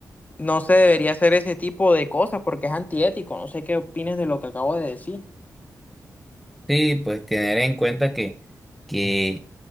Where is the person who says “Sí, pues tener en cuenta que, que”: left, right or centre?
Centre